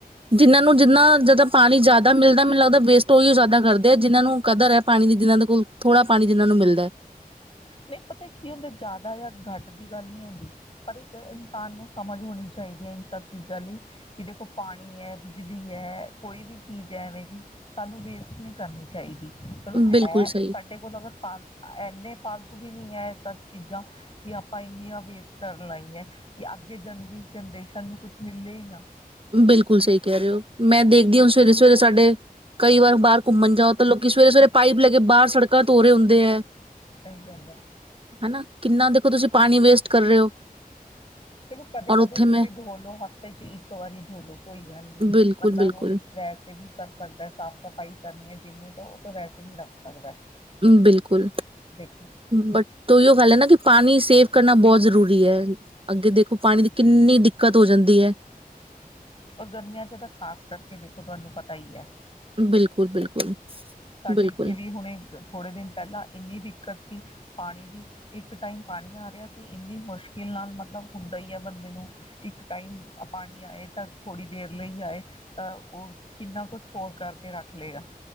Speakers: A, on the right; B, on the left.
A: ਜਿਨਾਂ ਨੂੰ ਜਿੰਨਾ ਜਾਦਾਂ ਪਾਣੀ ਜ਼ਿਆਦਾ ਮਿਲਦਾ ਮੈਨੂੰ ਲੱਗਦਾ ਵੇਸਟ ਓਹੀ ਓ ਜ਼ਿਆਦਾ ਕਰਦੇ ਆ ਜਿਹਨਾਂ ਨੂੰ ਕਦਰ ਐ ਪਾਣੀ ਦੀ ਜਿਹਨਾਂ ਦੇ ਕੋਲ ਥੋੜ੍ਹਾ ਪਾਣੀ ਜਿਹਨਾਂ ਨੂੰ ਮਿਲਦਾ
B: ਨਹੀਂ ਪਤਾ ਕੀ ਹੁੰਦੇ ਜ਼ਿਆਦਾ ਜਾਂ ਗਟ ਦੀ ਗੱਲ ਨੀ ਹੁੰਦੀ ਪਰ ਇੱਕ ਇਨਸਾਨ ਨੂੰ ਸਮਝ ਹੋਣੀ ਚਾਹੀਦੀ ਐ ਇਨ ਸਭ ਚੀਜ਼ਾਂ ਲਈ ਕਿ ਦੇਖੋ ਪਾਣੀ ਐ, ਬਿਜਲੀ ਐ, ਕੋਈ ਵੀ ਚੀਜ਼ ਐ ਐਵੇਂ ਜੀ ਸਾਨੂੰ ਵੇਸਟ ਨਹੀਂ ਕਰਨੀ ਚਾਹੀਦੀ। ਚਲੋ
A: ਬਿਲਕੁਲ
B: ਹੈ
A: ਸਹੀ
B: ਸਾਡੇ ਕੋਲ ਅਗਰ ਫਲ ਇੰਨੇ ਫਾਲਤੂ ਵੀ ਨਹੀਂ ਹੈ ਏ ਸਭ ਚੀਜ਼ਾਂ ਕਿ ਆਪਾਂ ਇੰਨੀਆਂ ਵੇਸਟ ਕਰਨ ਲਾਈ ਐ ਕਿ ਅੱਗੇ ਜਨੀ ਜਨਰੇਸ਼ਨ ਨੂੰ ਕੁੱਛ ਮਿਲੇ ਈ ਨਾ।
A: ਬਿਲਕੁੱਲ ਸਹੀ ਕਹਿ ਰਹੇ ਹੋ ਮੈਂ ਦੇਖਦੀ <unintelligible> ਸਵੇਰੇ-ਸਵੇਰੇ ਸਾਡੇ ਕਈ ਵਾਰ ਬਾਹਰ ਘੁੰਮਣ ਜਾਓ ਤਾਂ ਲੋਕੀ ਸਵੇਰੇ ਸਵੇਰੇ ਪਾਈਪ ਲੇਕੇ ਬਾਹਰ ਸੜਕਾਂ ਧੋਰੇ ਹੁੰਦੇ ਐ
B: ਸਹੀ ਗੱਲ ਹੈ
A: ਹਨਾ ਕਿੰਨਾ ਦੇਖੋ ਤੁਸੀਂ ਪਾਣੀ ਵੇਸਟ ਕਰ ਰਹੇ ਓ
B: ਚਲੋ ਕਦੇ-ਕਦੇ
A: ਔਰ ਉੱਥੇ
B: ਤੁਸੀਂ
A: ਮੈਂ
B: ਧੋ ਲਓ, ਹਫ਼ਤੇ 'ਚ ਇੱਕ ਵਾਰੀ ਧੋਲੋ ਕੋਈ ਗੱਲ ਨੀ
A: ਬਿਲਕੁਲ
B: ਬੰਦਾ
A: ਬਿਲਕੁਲ
B: ਰੋਜ਼ ਵੈਸੇ ਵੀ ਕਰ ਸਕਦਾ ਸਾਫ਼ ਸਫ਼ਾਈ ਕਰਨੀ ਹੈ ਜਿਨੇ ਤੋਂ ਉਹ ਤੋ ਵੈਸੇ ਹੀ ਰੱਖ ਸਕਦਾ
A: ਬਿਲਕੁੱਲ
B: ਦੇਖੋ।
A: ਬਟ ਤੋਂਈਓ ਗੱਲ ਐ ਨਾ ਕਿ ਪਾਣੀ ਸੇਵ ਕਰਨਾ ਬਹੁਤ ਜ਼ਰੂਰੀ ਐ ਅੱਗੇ ਦੇਖੋ ਪਾਣੀ ਦੀ ਕਿੰਨੀ ਦਿੱਕਤ ਹੋ ਜਾਂਦੀ ਐ
B: ਔਰ ਗਰਮੀਆਂ 'ਚ ਤਾਂ ਖ਼ਾਸ ਕਰਕੇ ਦੇਖੋ ਤੁਹਾਨੂੰ ਪਤਾ ਹੀ ਐ
A: ਬਿਲਕੁਲ ਬਿਲਕੁਲ
B: ਸਾਡੇ
A: ਬਿਲਕੁਲ
B: ਇੱਥੇ ਵੀ ਹੁਣੇ ਥੋੜੇ ਦਿਨ ਪਹਿਲਾਂ ਇੰਨੀ ਦਿੱਕ ਕਤ ਸੀ ਪਾਣੀ ਦੀ ਇੱਕ ਟਾਈਮ ਪਾਣੀ ਆ ਰਿਹਾ ਸੀ ਇੰਨੀ ਮੁਸ਼ਕਿਲ ਨਾਲ ਮਤਲਬ ਹੁੰਦਾ ਹੀ ਆ ਬੰਦੇ ਨੂੰ ਇੱਕ ਟਾਈਮ ਪਾਣੀ ਆਏ ਤਾਂ ਥੋੜ੍ਹੀ ਦੇਰ ਲਈ ਆਏ ਤਾਂ ਉਹ ਕਿੰਨਾ ਕੁਛ ਸਟੋਰ ਕਰ ਕੇ ਰੱਖ ਲੇਗਾ।